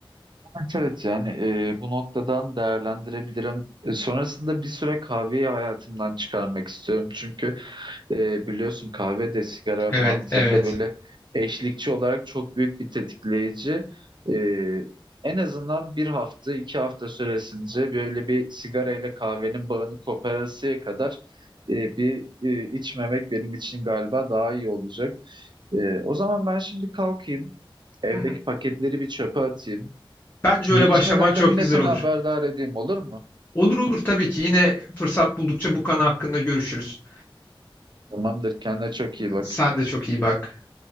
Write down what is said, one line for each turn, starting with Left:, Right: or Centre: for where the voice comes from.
Right: Evet evet yani e, bu noktadan değerlendirebilirim. E, sonrasında bir süre kahveyi hayatımdan çıkarmak istiyorum. Çünkü e, biliyorsun kahve de sigara
Left: Evet,
Right: mantığında
Left: evet.
Right: böyle eşlikçi olarak çok büyük bir tetikleyici. E, en azından bir hafta iki hafta süresince böyle bir sigara ile kahvenin bağını koparasıya kadar e, bir e, içmemek benim için galiba daha iyi olacak. E, o zaman ben şimdi kalkayım. Evdeki
Left: Hı hı.
Right: paketleri bir çöpe atayım.
Left: Bence öyle
Right: Gelişmelerden
Left: başlaman çok
Right: yine
Left: güzel
Right: seni
Left: olur.
Right: haberdar edeyim olur mu?
Left: Olur olur tabii ki. Yine fırsat buldukça bu konu hakkında görüşürüz.
Right: Tamamdır. Kendine çok iyi bak.
Left: Sen de çok iyi bak.